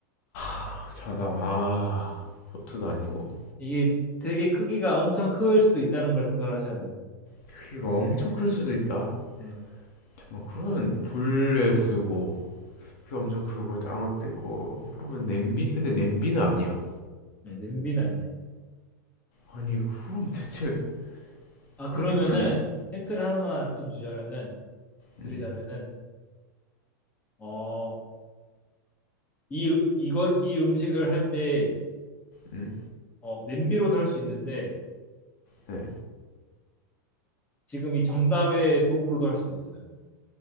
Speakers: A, on the left; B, on the left.
A: 아, 잠깐만 아 포트도 아니고
B: 이게 되게 크기가 엄청 클 수도 있다는 걸 생각하셔야 돼요.
A: 크기가 엄청 클 수도 있다
B: 네.
A: 잠깐만 그러면 불에 쓰고 크기가 엄청 크고 작은 것도 있고 그러면 냄비 근데 냄비는 아니야
B: 네, 냄비는 아니에요.
A: 아니 그럼 대체
B: 아,
A: 그렇게
B: 그러면은
A: 클 수...
B: 힌트를 하나만 좀 주자면은
A: 음,
B: 드리자면은 어, 이 으- 이걸 이 음식을 할 때
A: 음,
B: 어, 냄비로도 할 수 있는데
A: 네.
B: 지금 이 정답의 도구로도 할 수 있어요.